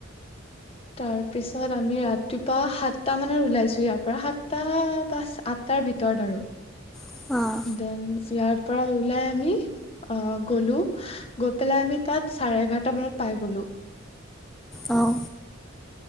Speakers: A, on the left (about 30°); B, in the centre.
A: তাৰ পিছত আমি ৰাতিপুৱা সাতটা মানত ওলাইছো ইয়াৰ পৰা সাতটা পাচ আঠটাৰ ভিতৰত আৰু
B: অঁ
A: দেন ইয়াৰ পৰা ওলাই আমি আহ গলো গৈ পেলাই আমি তাত চাৰে এঘাৰটা মানত পাই গলো।
B: অঁ অঁ